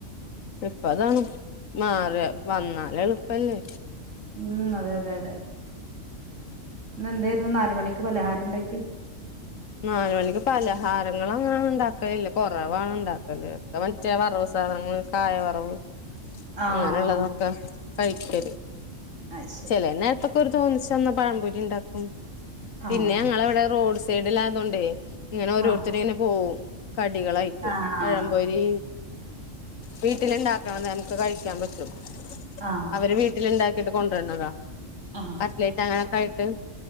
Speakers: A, on the left; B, on the right.
A: ഇപ്പ അതാണ്. മാറാ വന്നാല് എളുപ്പല്ലേ?
B: ഉം അതെ അതെ അതെ ഇന്ന് എന്തായിരുന്നു നാല് മണിക്ക് പലഹാരം ഇണ്ടാക്ക്യേ..
A: നാല് മണിക്ക് പലഹാരങ്ങള അങ്ങനെ ഉണ്ടാക്കലില്ല കൊറവാണ് ഇണ്ടാക്കല് ഒക്കെ മറ്റേ വറവ് സാധങ്ങ കായവറവ്
B: ആഹ്
A: അങ്ങനെയുള്ളതൊക്കെ കഴിക്കല്
B: അത് ശരി.
A: ചെചല നേരത്തൊക്കെ ഒരു തോന്നിച്ചന്ന പഴംപൊരി ഉണ്ടാക്കും പിന്നെ
B: ആഹ്
A: ഞങ്ങവിടെ റോഡ്സ് സൈഡില ആതൊണ്ടേ ഇങ്ങനെ ഓരോരുത്തരിങ്ങനെ
B: ആഹ്
A: പോവും കടികൾ ആയിട്ട്
B: ആഹ്
A: പഴംപൊരി വീട്ടിലുണ്ടാക്കണ നേരത്ത് കഴിക്കാൻ പറ്റും
B: ആഹ്
A: അവര് വീട്ടിലുണ്ടാക്കി ഇങ്ങോട്ട് കൊണ്ട് രണതാ..
B: ആഹ്.
A: കട്ട്ലെറ്റ് അങ്ങനൊക്കെ ആയിട്ട്